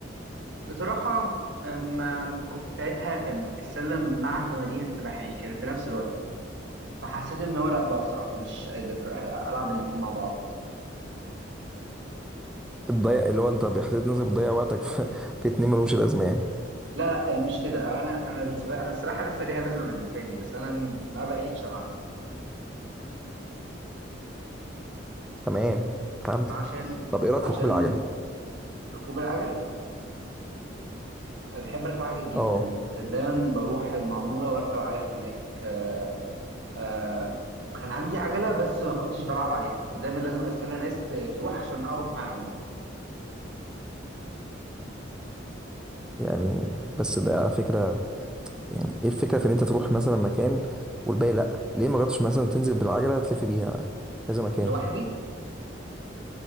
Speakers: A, on the right; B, in the centre.
A: بصراحه ما كنت ساعتها كان السله مع تمارين السباحه يعني كان في نفس الوقت فحسيت ان هو لا بقى بصراحه مش قادر آه، العب الاتنين مع بعض
B: بتضيع اللي هو انت بحسيت نفسك بتضيع وقتك في, في اتنين ملهمش لازمه يعني
A: لا لا مش كده انا انا السباحه انا السباحه لسه ليها لازمه بالنسبه لي بس انا ما بقيتش العب
B: تمام فهمتك
A: عشان
B: طب ايه رايك
A: عشان
B: في ركوب العجل
A: ركوب العجل أنا بحب اركب عجل جدا
B: اه
A: كان دايما بروح المعموره واركب عجل هناك آه، آه كان عندي عجلة بس ما كنتش بلعب عليها كنت دايما لازم استنى ناس ت- تروح عشان اروح معاهم
B: يعني بس ده على فكره يعني ايه الفكره في ان انت تروح مثلا مكان والباقي لا ليه ما جربتش مثلا تنزل بالعجله تلف بيها كذا مكان
A: لوحدي